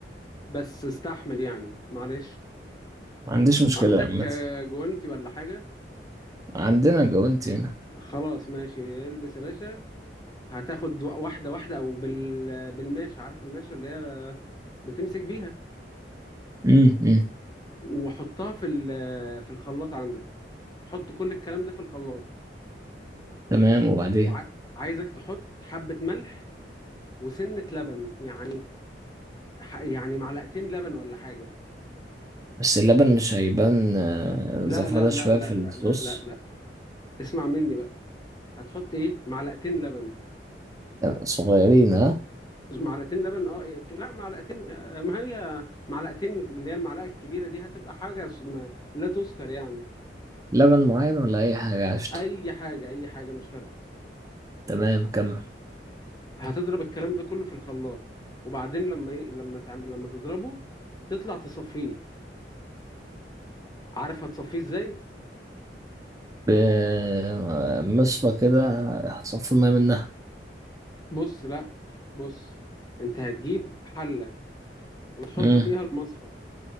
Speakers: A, on the left; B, on the right.
A: بس استحمل يعني معلش
B: ما عنديش مشكله
A: عندك
B: عامه
A: آه، جوانتي ولا حاجه
B: عندنا جوانتي هنا
A: خلاص ماشي البس يا باشا هتاخد واحده واحده او بال بالماشه عارف الماشه اللي هي بتمسك بيها
B: امم أمم.
A: وحطها في ال- في الخلاط عندك حط كل الكلام ده في الخلاط
B: تمام وبعدين
A: وعايزك تحط حبة ملح وسنة لبن يعني ح- يعني معلقتين لبن ولا حاجة
B: بس اللبن مش هيبان آه،
A: لا
B: زفارة
A: لا
B: شوية
A: لا لا
B: في
A: لا
B: الصوص
A: لا لا لا اسمع مني بقى هتحط ايه معلقتين لبن
B: صغيرين ها
A: معلقتين لبن اه إيه، لا معلقتين آه، ما هي معلقتين اللي هي المعلقة الكبيرة دي هتبقى حاجة اسم- لا تذكر يعني
B: لبن معين ولا أي حاجة قشطة
A: اي حاجة اي حاجة مش فارقة
B: تمام كمل
A: هتضرب الكلام ده كله في الخلاط وبعدين لما ي... لما تعمل لما تضربه تطلع تصفيه عارف هتصفيه ازاي
B: بمصفى كده هصفي المية منها
A: بص لا بص انت هتجيب حلة وتحط
B: مم.
A: فيها المصفى